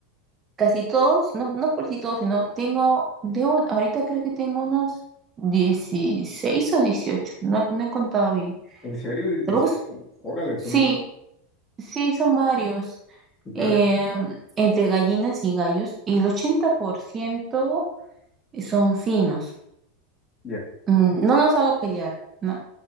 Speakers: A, on the right (about 30°); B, on the left (about 20°).
A: casi todos, no, no por si todos, sino tengo, debo, ahorita creo que tengo unos dieciséis o dieciocho no, no he contado bien.
B: ¿En serio? Di- dice,
A: Tampoco es-
B: Órale, son
A: sí,
B: un-
A: sí, son varios.
B: qué padre.
A: Em, entre gallinas y gallos, y el 80% son finos.
B: Ya.
A: mm, no los hago pelear, ¿no?